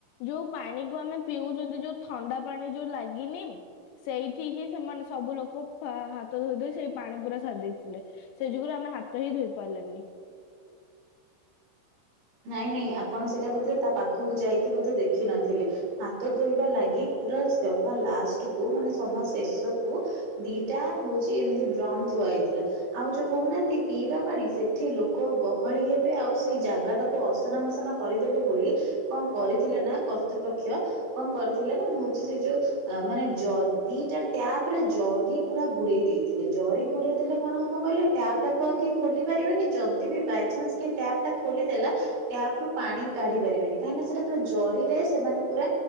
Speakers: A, on the left; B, on the right.
A: ଯୋଉ ପାଣିକୁ ଆମେ ପିଉଚନ୍ତି ଯୋଉ ଥଣ୍ଡା ପାଣି ଯୋଉ ଲାଗିନି! ସେଇଠି ହି ସେମାନେ ସବୁ ଲୋକ ପା ହାତ ଧୋଇ ଧୋଇ ସେଇ ପାଣି ପୁରା ସାରି ଦେଇଥିଲେ। ସେଇ ଯୋଗୁରୁ ଆମେ ହାତ ହିଁ ଧୋଇ ପାରିଲେନି
B: ନାଇଁ ନାଇଁ ଆପଣ ସେଇଟା ବୋଧେ ତା ପାଖକୁ ଯାଇକି ବୋଧେ ଦେଖିିନଥିଲେ। ହାତ ଧୋଇବା ଲାଗି ପୁରା ସଭା ଲାଷ୍ଟକୁ ମାନେ ସଭା ଶେଷକୁ ଦିଟା ହଉଛି ଏମିତି ଡ୍ରମ ଥୁଆ ହେଇଥିଲା ଆଉ ଯୋଉ କହୁନାହାନ୍ତି ପିଇବା ପାଣି ସେଠି ଲୋକ ଗହଳି ହେବେ ଆଉ ସେଇ ଜାଗାଟା କୁ ଅସନା ମସନା କରିଦେବେ ବୋଲି କଣ କରିଥିଲେ ନା କର୍ତ୍ତୃପକ୍ଷ କଣ କରିଥିଲେ ନା ହଉଛି ସେ ଯୋଉ ଅ ମାନେ ଜ ଦିଟା ଟ୍ୟାପରେ ଜରି ପୁରା ଗୁଡେଇ ଦେଇଥିଲେ ଜରି ଗୁଡେଇ ଦେଲେ କଣ ହବ କହିଲେ? ଟ୍ୟାପଟା କୁ ଆଉ କିଏ ଖୋଲି ପାରିବେନି ଯଦି ବି ବାଇଚାନ୍ସ କିଏ ଟ୍ୟାପ ଟା ଖୋଲିଦେଲା ଟ୍ୟାପ ରୁ ପାଣି କାଢି ପାରିବେନି କାହିଁକିନା ସେଇଟା ପୁରା ଜରିରେ ସେମାନେ ପୁରା